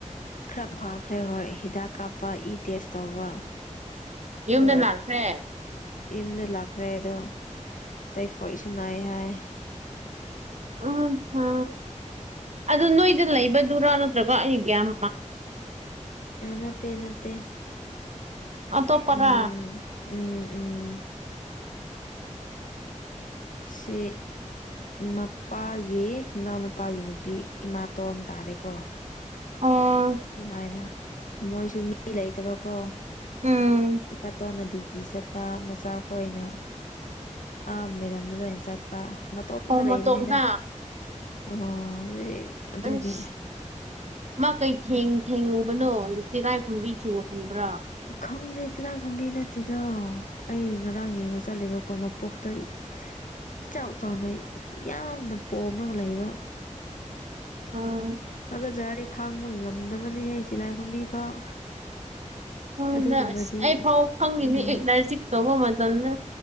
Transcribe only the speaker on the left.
ꯈꯔ ꯐꯥꯈ꯭ꯔꯦ ꯍꯣꯏ ꯍꯤꯗꯥꯛ ꯀꯥꯞꯄ ꯏ ꯇꯦꯁ ꯇꯧꯕ
ꯑꯗꯨꯒ
ꯌꯨꯝꯗ ꯂꯥꯛꯈ꯭ꯔꯦ ꯑꯗꯣ ꯇꯩꯐꯣꯏꯁꯨ ꯅꯥꯏ ꯍꯥꯏ
ꯅꯠꯇꯦ ꯅꯠꯇꯦ
ꯎꯝ ꯎꯝ ꯎꯝ ꯑꯁꯤ ꯃꯄꯥꯒꯤ ꯃꯅꯥꯎꯅꯄꯥꯒꯤ ꯅꯨꯄꯤ ꯏꯃꯥꯇꯣꯟ ꯇꯥꯔꯦꯀꯣ
ꯑꯗꯨꯃꯥꯏꯅ ꯃꯣꯏꯁꯨ ꯃꯤ ꯂꯩꯇꯕꯀꯣ
ꯏꯄꯥꯇꯣꯟꯅ ꯗ꯭ꯌꯨꯇꯤ ꯆꯠ ꯄꯥ ꯃꯆꯥ ꯈꯣꯏꯅ ꯑꯝꯃꯦꯗꯥ ꯗ ꯂꯣꯏ ꯆꯠꯄ ꯃꯇꯣꯝꯗ
ꯂꯩꯕꯅꯤꯗ
ꯑꯣ ꯑꯗꯨꯏ ꯑꯗꯨꯒꯤ
ꯈꯪꯗꯦ ꯇꯤꯜꯂꯥꯏꯈꯨꯝꯕꯤ ꯅꯠꯇꯦꯗꯣ ꯑꯩ ꯉꯔꯥꯡ ꯌꯦꯡꯕ ꯆꯠꯂꯦꯕꯀꯣ ꯃꯄꯣꯛꯇꯩ ꯏꯆꯥꯎ ꯆꯥꯎꯅ ꯌꯥꯝꯅ ꯄꯣꯝꯃꯔꯒ ꯂꯩꯕ
ꯍꯥꯒꯠꯆꯔꯗꯤ ꯈꯥꯡꯕ ꯉꯝꯗꯕꯅꯦꯍꯦ ꯇꯤꯜꯂꯥꯏꯈꯣꯝꯕꯤ ꯐꯥꯎ
ꯑꯗꯨꯒꯨꯝꯕꯗꯤ
ꯎꯝ